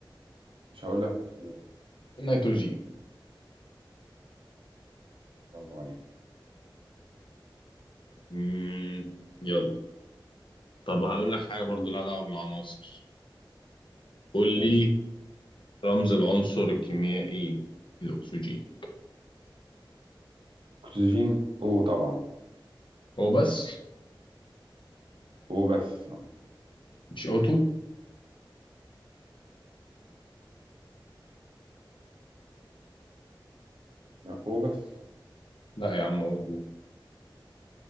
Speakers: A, on the right (about 80°); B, on the left (about 75°).
A: مش هقول لك اختيارات
B: النيتروجين
A: برافو عليك
B: مم. يلا طب هقول لك حاجة برضو
A: قول
B: لها دعوة بالعناصر قول
A: ماشي
B: لي رمز العنصر الكيميائي الأكسجين
A: اكسجين او طبعا
B: هو بس
A: او بس اه
B: مش O2
A: لا او بس
B: لا يا عم O2